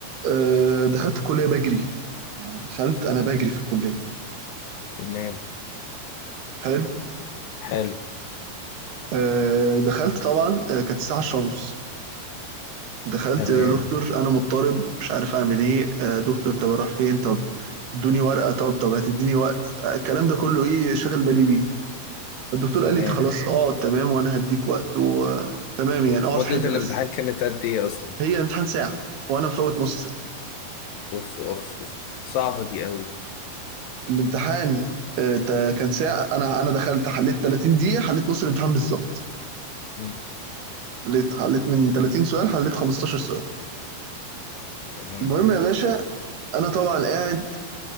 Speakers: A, on the right (about 85°); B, on the left (about 75°).
A: آه دخلت الكليه بجري يعني دخلت انا بجري في الكليه
B: تمام
A: حلو
B: حلو
A: آه دخلت طبعا آه كانت الساعه 10:30 دخلت
B: تمام
A: يا دكتور انا مضطرب مش عارف اعمل ايه آه، دكتور طب اروح فين طب ادوني ورقه طب طب هتديني وقت آه، الكلام ده كله ايه شاغل بالي بيه الدكتور قال
B: تمام
A: لي <laughs> خلاص اقعد تمام وانا هديك وقت وتمام يعني اقعد
B: مدة
A: حل
B: الامتحان
A: بس
B: كانت قد ايه اصلا؟
A: هي امتحان ساعه وانا مفوت نص ساعه
B: اوف اوف اوف صعبة دي قوي
A: الامتحان آه، تا- كان ساعه انا انا دخلت حليت 30 دقيقه حليت نص الامتحان بالظبط
B: مم،
A: حليت حليت من 30 سؤال حليت 15 سؤال
B: تمام
A: المهم يا باشا انا طبعا قاعد